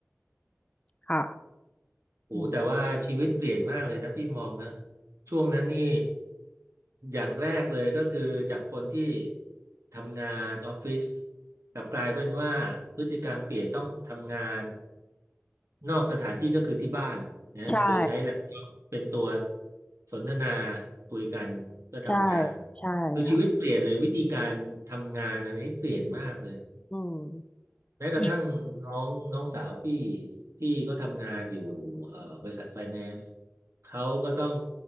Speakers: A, on the left (about 25°); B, on the right (about 75°).
A: ค่ะ
B: โอ้แต่ว่าชีวิตเปลี่ยนมากเลยนะพี่มองนะ
A: อืม
B: ช่วงนั้นนี่อย่างแรกเลยก็คือจากคนที่ทำงานออฟฟิศกลับกลายเป็นว่าพฤติกรรมเปลี่ยนต้องทำงานนอกสถานที่ก็คือที่บ้านนะโดยใช้แล็ปท็อปเป็นตัว
A: ใช่
B: สนทนาคุยกันเพื่อทำงาน
A: ใช่ใช่ค่ะ
B: คือชีวิตเปลี่ยนเลยวิธีการทำงานอันนี้เปลี่ยนมากเลย
A: อืม
B: แม้กระทั่งน้องน้องสาวพี่
A: จริง
B: ที่เขาทำงานอยู่เอ่อบริษัทไฟแนนซ์เขาก็ต้อง